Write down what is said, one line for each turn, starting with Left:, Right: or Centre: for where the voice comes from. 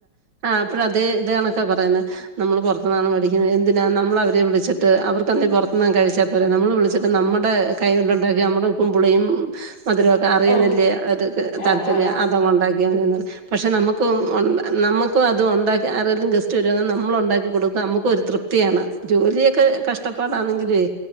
Right: അപ്പോഴതേ ഇതെ കണക്കാ പറയുന്നത് നമ്മള് പുറത്തുന്നാളെ വിളിക്കുന്നത് എന്തിനാ നമ്മളവരെ വിളിച്ചിട്ട് അവർക്കെന്തേ പുറത്തുന്നാ കഴിച്ചാ പോ രെ നമ്മള് വിളിച്ചിട്ട് നമ്മുടെ കൈ കൊണ്ടുണ്ടാക്കി നമ്മുടെ ഉപ്പും പുളിയും മധുരൊ അറിയാനല്ലേ
Left: ആഹ്
Right: അത് താല്പര്യം
Left: ആഹ് ആഹ്
Right: അതങ്ങുണ്ടാക്കിയങ്ങ് പക്ഷെ നമുക്കും
Left: ഉം
Right: നമു ക്കും അതുണ്ടാക്കി ആരെങ്കിലും ഗസ്റ്റ് വരുമ്പോ നമ്മളുണ്ടാക്കി കൊടുക്ക നമുക്കുമൊരു തൃപ്തിയാണ് ജോലിയൊക്കെ കശ് ടപ്പാടാണെങ്കിലുമേ